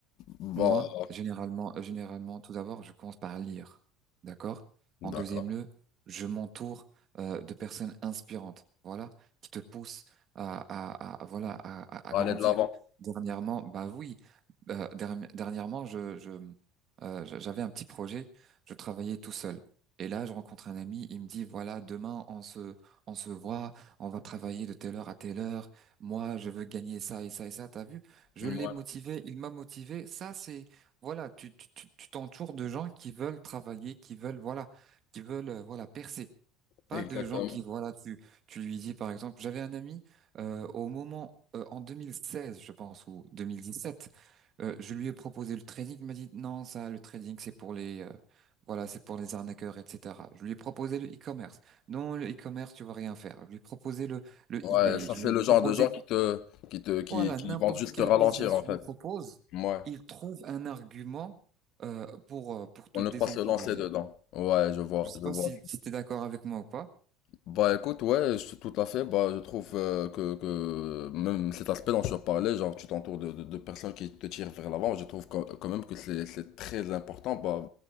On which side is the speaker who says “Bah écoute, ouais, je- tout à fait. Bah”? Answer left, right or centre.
Left